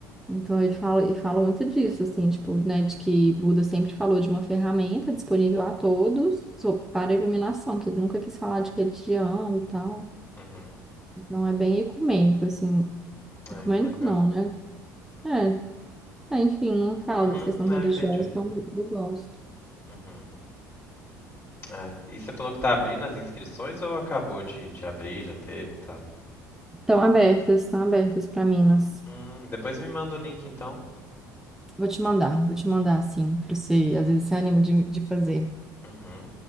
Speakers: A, in the centre; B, on the left.
A: Então ele fala, ele fala muito disso, assim, tipo, né, de que Buda sempre falou de uma ferramenta disponível a todos so- para a iluminação, que ele nunca quis falar de religião e tal.
B: Uhum.
A: Então é bem ecumênico, assim,
B: Ai,
A: ecumênico
B: que legal.
A: não, né? É, é, enfim, não fala
B: Uhum.
A: dessa questão
B: Ah,
A: religiosa,
B: entendi.
A: então eu gosto.
B: Uhum. Ai, e você falou que tá abrindo as inscrições ou acabou de, de abrir, já teve e tal?
A: Estão abertas, estão abertas para Minas.
B: Hum, depois me manda o link então.
A: Vou te mandar, vou te mandar assim, para você, às vezes você anima de, de fazer.
B: Uhum.